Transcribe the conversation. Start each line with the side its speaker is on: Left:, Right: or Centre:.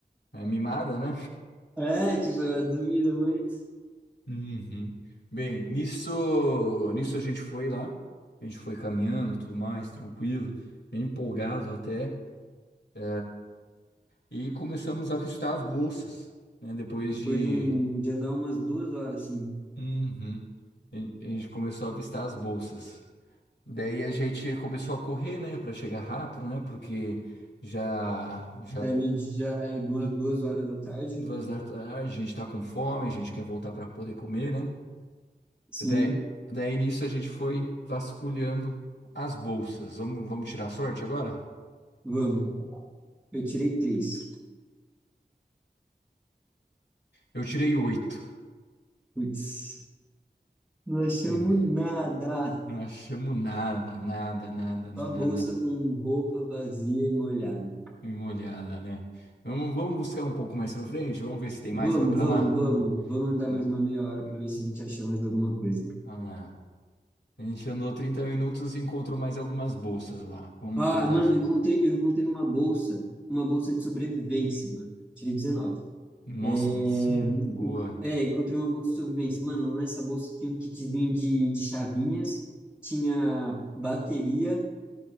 Left: É mimada, né?
Centre: É, tipo, eu duvido muito.
Left: Uhum. Bem, nisso, nisso a gente foi lá, a gente foi caminhando, tudo mais, tranquilo, bem empolgado até, é, e começamos a avistar as bolsas, né? Depois
Centre: Depois
Left: de
Centre: de um de andar umas duas horas, assim,
Left: Uhum. a a gente começou a avistar as bolsas. Daí a gente começou a correr, né, para chegar rápido, né? Porque já já
Centre: daí medir já é umas duas horas da tarde,
Left: duas da tarde, a gente tá com fome, a gente quer voltar para poder comer, né?
Centre: sim,
Left: Daí, daí nisso a gente foi vasculhando as bolsas. Vamos, vamos tirar a sorte agora?
Centre: vamos. Eu tirei três.
Left: Eu tirei oito.
Centre: Putz, não achamos
Left: Hum,
Centre: nada.
Left: não achamos nada, nada, nada, nada,
Centre: Só bolsa
Left: nada.
Centre: com roupa vazia e molhada.
Left: Dei Uma olhada, né? Vamos, vamos buscar um pouco mais pra frente? Vamos ver se tem
Centre: Vamos,
Left: mais pra pra
Centre: vamos,
Left: lá?
Centre: vamos. Vamos andar
Left: Hum,
Centre: mais uma meia hora pra
Left: hum.
Centre: ver se a gente acha mais alguma coisa.
Left: Ah, a gente andou 30 minutos e encontrou mais algumas bolsas lá. Vamos
Centre: Ah,
Left: tentar.
Centre: mano, eu encontrei, eu encontrei uma bolsa, uma bolsa de sobrevivência, mano. Tirei 19.
Left: Nossa,
Centre: É,
Left: isso não
Centre: enco-
Left: é boa.
Centre: é, encontrei uma bolsa de sobrevivência. Mano, nessa bolsa tinha um kitzinho de, de chavinhas, tinha bateria